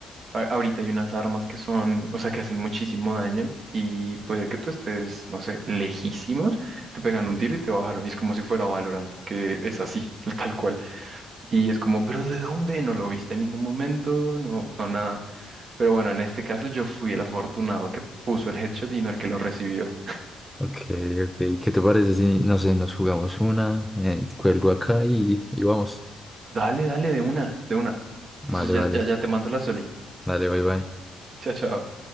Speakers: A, on the right; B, in the centre.
A: a- ahorita hay unas armas que son, o sea, que hacen muchísimo daño y puede que tú estés, no sé, lejísimos, te pegan un tiro y te bajaron. Y es como si fuera Valorant, que es así, <laughs> tal cual. Y es como, ¿pero de dónde? No lo viste en ningún momento, no, no nada. Pero bueno, en este caso yo fui el afortunado que puso el headshot y no el que lo recibió.
B: Ok, ok. ¿Qué te parece si, no sé, nos jugamos una, eh, cuelgo acá y, y vamos?
A: Dale, dale, de una, de una.
B: Vale,
A: Entonces ya,
B: vale.
A: ya, ya te mando la soli.
B: Dale, bye, bye.
A: Chao, chao.